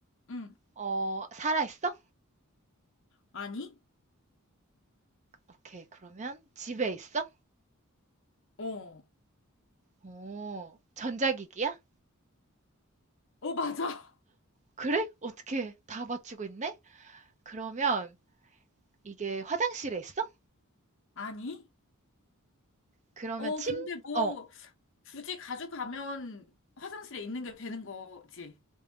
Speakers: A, on the left (about 60°); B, on the right (about 30°).
A: 음,
B: 어 살아 있어?
A: 아니?
B: 오케이, 그러면 집에 있어?
A: 어,
B: 오, 전자기기야?
A: 어, 맞아. <laughs>
B: 그래? 어떻게 다 맞추고 있네? 그러면 이게 화장실에 있어?
A: 아니?
B: 그러면
A: 어,
B: 침,
A: 근데 뭐
B: 어,
A: 굳이 가져가면 화장실에 있는 게 되는 거지.